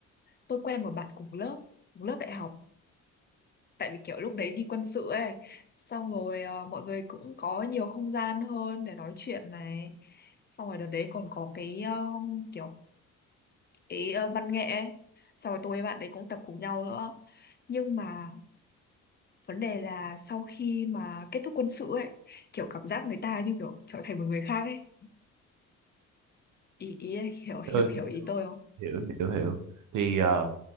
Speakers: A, on the left; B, on the right.
A: tôi quen một bạn cùng lớp cùng lớp đại học tại vì kiểu lúc đấy đi quân sự ấy xong rồi ờ, mọi người cũng có nhiều không gian hơn để nói chuyện này xong rồi đợt đấy còn có cái ờ, kiểu cái ờ, văn nghệ ấy xong rồi tôi với bạn đấy cũng tập cùng nhau nữa nhưng mà vấn đề là sau khi mà kết thúc quân sự ấy kiểu cảm giác người ta như kiểu trở thành một người khác ấy ý ý hiểu hiểu
B: ừ
A: hiểu ý tôi không
B: hiểu hiểu hiểu hiểu thì ờ,